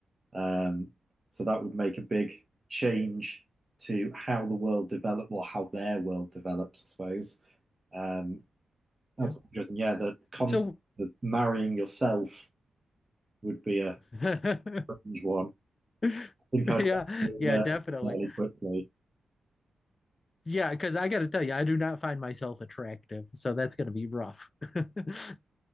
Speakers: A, on the right; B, on the left.
A: Um, so that would make a big change to how the world develops, or how their world develops, I suppose. Um, that's
B: yeah.
A: interesting. Yeah, the concept
B: So.
A: of marrying yourself would be a
B: <laughs>
A: strange one
B: <laughs>
A: think I'd
B: Yeah,
A: learn
B: yeah, definitely.
A: fairly quickly.
B: Yeah, because I got to tell you, I do not find myself attractive, so that's going to be rough. <laughs>